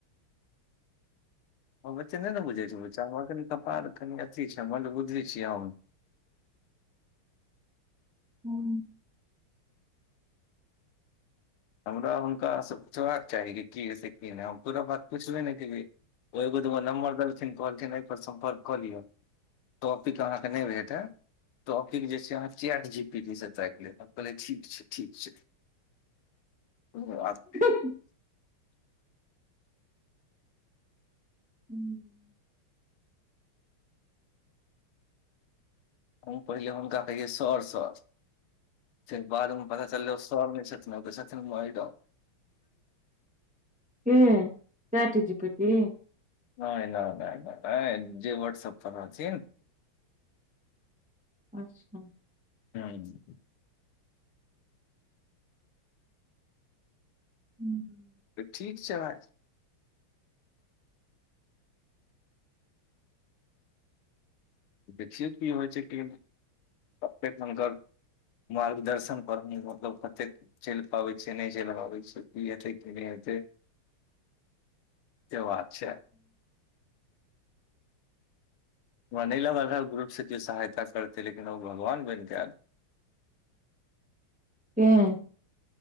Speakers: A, on the left; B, in the centre.
A: हम एत्ते नहि ने बुझै छै बच्चा म हमर कनि कपाड़ कनि अथी छै मंदबुद्धि छी हम
B: हुँ
A: हमरा हुनकास से पुछबाक चाही कि हय से की नहि हम पूरा बात पुछबे ने केलिए ओ एगो दूगो नम्बर देलथिन कहलखिन एहिपर सम्पर्क कऽ लिअ टॉपीक अहाँके नहि भेटय टॉपिक जे छै अहाँ चैट जीपीटी स ताईक लियऽ कहलिये ठीक छै ठीक छै <inaudible> <inaudible>
B: हुँ हुँ
A: हम पहिले हुनका कहिये सर सर फेर बाद में पता चलले सर नै छथिन ओ त छथिन माइडम
B: के चैटजीपीटी
A: नहि नहि नहि नहि जे व्हाट्सअप पर रहथिन
B: अच्छा
A: हँ
B: हूँ
A: तऽ ठीक छै भाइ देखियौ की होइ छै की नहि कतेक हुनकर मार्गदर्शन पर मतलब कतेक चइल पाबै छै नहि चइल पाबै छै कि हेतय की नहि हेतय से बात छै व नहि लगल रहए ग्रुपसँ जे सहायता करतै लेकिन ओ भगवान बनिकऽ आयल
B: हूं